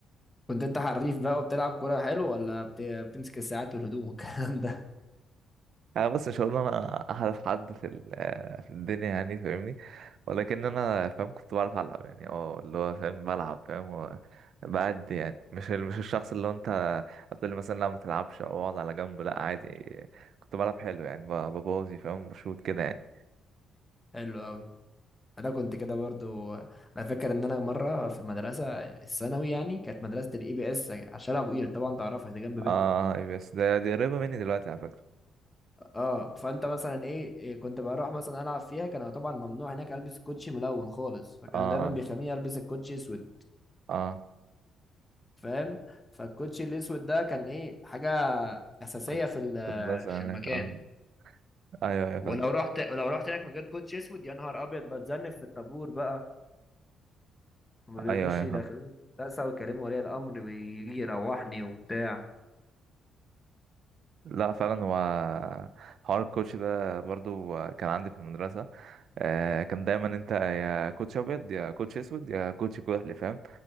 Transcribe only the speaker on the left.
كنت انت حريف بقى وبتلعب كوره حلو ولا بت... بتمسك الساعات والهدوم والكلام ده
<laughs> حلو قوي انا كنت كده برضو انا فاكر ان انا مره في المدرسه الثانوي يعني كانت مدرسه الاي بي اس على شارع ابو قير طبعا تعرفها دي جنب بيتكم
اه فانت مثلا ايه إيه، كنت بروح مثلا العب فيها كان طبعا ممنوع هناك البس كوتشي ملون خالص فكانوا
دايما بيخليني البس الكوتشي اسود
فاهم فالكوتشي الاسود ده كان ايه حاجه اساسيه
في ال-
في المكان
ولو رحت لو رحت هناك من غير كوتشي اسود يا نهار ابيض بتذنب في الطابور بقى وما بيردوش
يدخلوني
المدرسه ويكلموا ولي الامر ويجي يروحني وبتاع